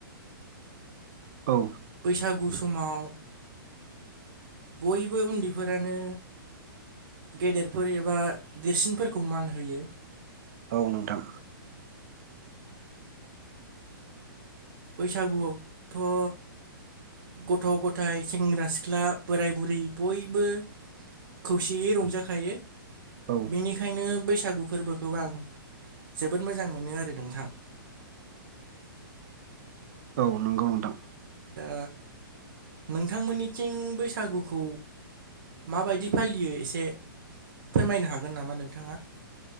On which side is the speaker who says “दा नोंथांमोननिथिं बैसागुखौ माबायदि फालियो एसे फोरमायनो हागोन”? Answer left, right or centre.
Right